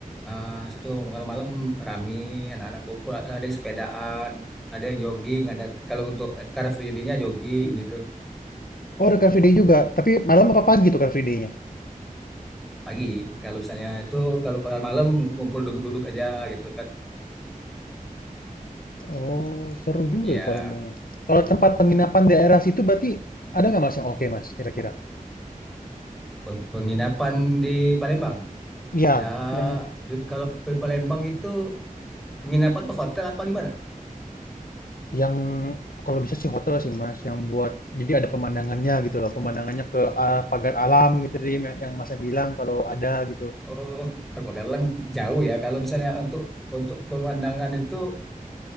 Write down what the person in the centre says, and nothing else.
Ah, di situ malam-malam rame, anak-anak kumpul, ada yang sepedaan, ada yang jogging, ada kalau untuk car free day-nya jogging gitu.
pagi. Kalau misalnya itu kalau pada malam ngumpul duduk-duduk aja gitu kan.
Ya
peng- penginapan di Palembang.
Ya
di- kalau di Palembang itu penginapan tuh hotel apa gimana?
Oh, kalau Pagalan jauh ya. Kalau misalnya untuk untuk pemandangan itu